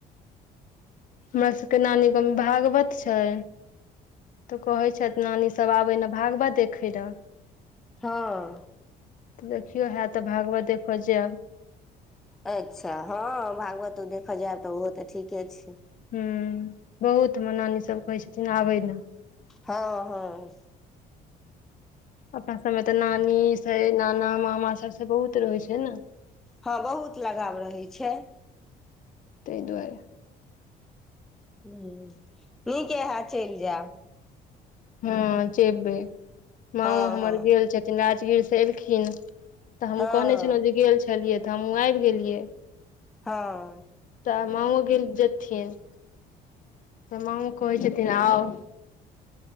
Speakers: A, on the left; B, in the centre.
A: हमरा सबके नानी गाँव मे भागवत छै तऽ कहै छथि नानी सब आबे ने भागवत देखे ल
B: हँ
A: तऽ देखियौ हए तऽ भागवत देखऽ जायब
B: अच्छा हँ भागवत ओ देखऽ जायब तऽ ओहो तऽ ठीके छै
A: ह बहुत मे नानी सब कहै छथिन आबै ने
B: हँ हँ
A: अपना सबमे तऽ नानी छै नाना मामा सबसँ बहुत रहै छै ने
B: हँ बहुत लगाव रहैत छै
A: ताहि दुआरे
B: ह नीके हय चलि जायब
A: हँ जेबै माँओ
B: हँ
A: हमर
B: हँ
A: गेल छथिन राजगीर से एलखिन तऽ हमहूँ
B: हँ
A: कहने छलहुँ जे गेल छलियै तऽ हमहूँ आबि गेलियै
B: हँ
A: तऽ मामओ गेल जेथिन तऽ मामओ कहै छथिन आउ